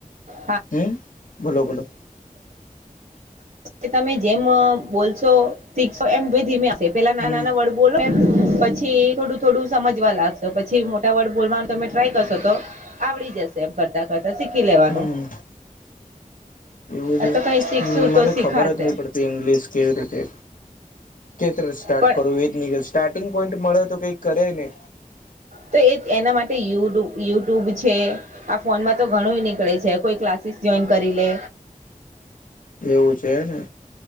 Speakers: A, on the right; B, on the left.
A: હા
B: હમ ભોલો ભોલો
A: કે તમે જેમ બોલશો શીખશો એમ ધીમે આવ પેલા નાના
B: હમ્મ
A: નાના વર્ડ બો પછી થોડું થોડું સમજવા લાગશે પછી મોટા વર્ડ બોલવાનું તમે ટ્રાય કરશો તો આવડી જશે કરતા કરતા શીખી લેવાનું
B: હમ્મ એવું છે
A: આ તો કઈ શીખશું
B: મને
A: તો શીખાશે
B: ખબર જ નહી પડતી ઇંગ્લિશ કેવી રીતે કેતે સ્ટાર્ટ
A: પણ
B: કરું તો એ જ નીકળ સ્ટાર્ટિંગ પોઈન્ટ મળે તો કઈ કરે ને
A: તો એ એના માટે યુુ યુટ્યુબ છે આ ફોનમાં તો ઘણું નીકળે છે કોઈ ક્લાસીસ જોઈન કરી લે
B: એવું છે હેને